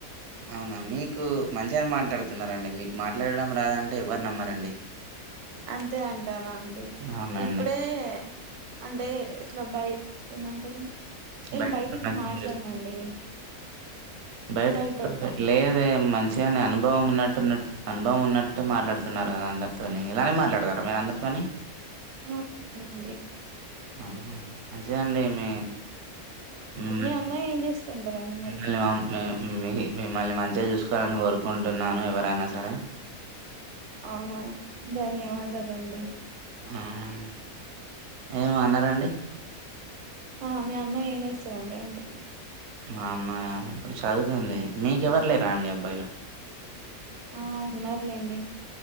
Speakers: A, on the right (about 65°); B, on the right (about 85°).
A: అవునా మీకు మంచిగానే మాట్లాడుతున్నారండి మీకు మాట్లాడడం రాదంటే ఎవరు నమ్మరండి
B: అంతే అంటారా అండి
A: అవునండి.
B: ఇప్పుడే అంటే ఇట్ల బయ్ ఏమంటారు నేను
A: బయట
B: బయటకి
A: ప్రపంచం
B: మాట్లాడనండి
A: చూస్తే బయట
B: భయపడతా
A: ఎ లేదే మంచిగానే అనుభవం ఉన్నట్ టున్నట్ అనుభవం ఉన్నట్టు మాట్లాడుతున్నారు కదా అందరితోని ఇలానే మాట్లాడతారా మీరు అందరితోని
B: ఆ నండి
A: ఆ మంచిదండి మీ హ్మ్
B: మీ అమ్మాయి ఏం చేస్తుంటదండి
A: <unintelligible>
B: మరి
A: మీ మిమ్మల్ని మంచిగా చూసుకోవాలని కోరుకుంటున్నాను ఎవరైనా సరే
B: అవునా ధన్యవాదాలండి
A: అవునండి ఏమో అన్నరండి
B: ఆ మీ అమ్మాయి చేస్తది అంటున్నా
A: మా అమ్మయా ఇప్పుడు చదువుతుంది మీకెవరు లేరా అండి అబ్బాయిలు
B: ఆ ఉన్నారులేండి